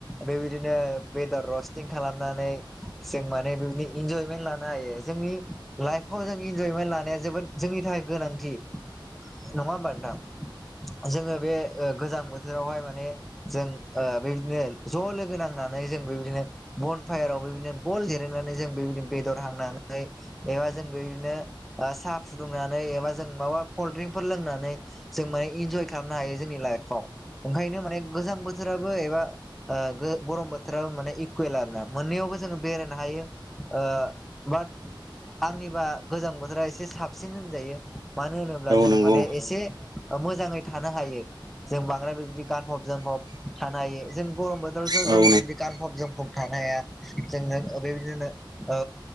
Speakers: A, in the centre; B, on the right (about 50°).
A: बेबायदिनो वेदार रस्टिं खालामनानै जों म माने बे इन्जयमेन्ट लानो हायो जोंनि लाइफाव जों इन्जयमेन्ट लानाया जोबोद जोंनि थाखाय गोनांथि नङा होनबा नोंथां जोङो बे गोजां ओ बोथोरावहाय माने जों बेदिनो ज' लोगो नांनानै <unintelligible> जों बे बादिनो बन फायाराव गल जिरायनानै बेदर हांनानै बेवहाय जों बे बादिनो साहा फुदुंनानै एबा जों माबा कलद्रिंफोर लोंनानै जों बेहाय इनजय खालामनो हायो जोंनि लाइफाव ओंखायनो माने गोजाम दैजां बोथोराबो एबा ओ गरम बोथोराबो माने इकुवेल आर ना मोननैयावबो जोङो बेरायनो हायो ओ बाद आंनिबा गोजां बोथोरा एसे साबसिन होनजायो मानो होनोब्ला जों
B: नंगौ
A: माने एसे मोजाङै थानो हायो जों बांद्राय बेबायदि गानफब जोमफब ब थानो हायो जों गरम बोथोरावसो
B: औ नंगौ औ नंगौ औ नंगौ औ
A: जों
B: नंगौ औ उम
A: गानफब जोमफब थानो हाया जोंनो बे बादिनो ओ